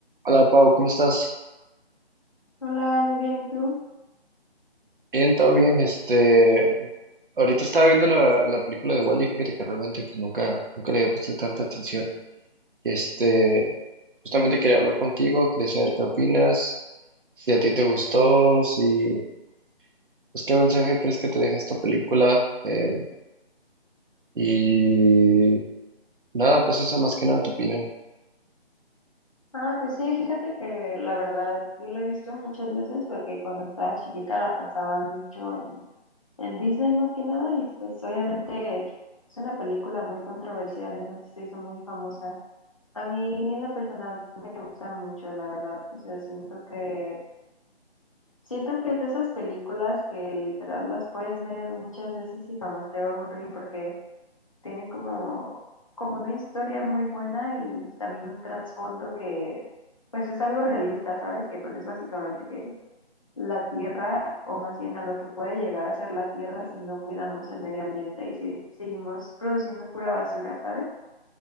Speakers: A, on the right; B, on the left.
A: Hola Pau, ¿cómo estás?
B: Hola, muy bien, ¿y tú?
A: Bien, todo bien. Este, ahorita estaba viendo la, la película de Wall-E, fíjate que realmente pues, nunca, nunca le había puesto tanta atención. Este, justamente quería hablar contigo, quería saber qué opinas, si a ti te gustó, si, pues qué mensaje crees que te deja esta película. Eh, y nada, pues eso más que nada tu opinión.
B: Ah, pues sí, fíjate que la verdad yo la he visto muchas veces porque cuando estaba chiquita la pasaban mucho en, en Disney más que nada y pues obviamente es una película muy controversial, entonces se hizo muy famosa. A mí en lo personal me gusta mucho, la verdad, o sea, siento que siento que es de esas películas que literal las puedes ver muchas veces y jamás te va a aburrir porque tiene como, como una historia muy buena y también un trasfondo que pues es algo realista, ¿sabes? Que pues es básicamente que la tierra, o más bien a lo que puede llegar a ser la tierra si no cuidamos el medio ambiente y si seguimos produciendo pura basura, ¿sabes?